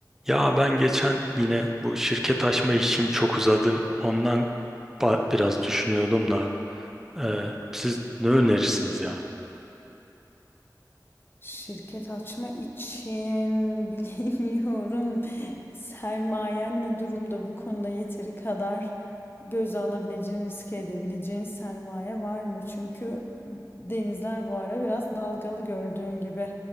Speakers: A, in the centre; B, on the left.
A: Ya ben geçen yine bu şirket açma işim çok uzadı. Ondan ba- biraz düşünüyordum da. Ee, siz ne önerirsiniz ya?
B: Şirket açma için <laughs> bilemiyorum. Sermayen ne durumda bu konuda yeteri kadar göze alabileceğin, riske edebileceğin sermaye var mı? Çünkü denizler bu ara biraz dalgalı gördüğün gibi.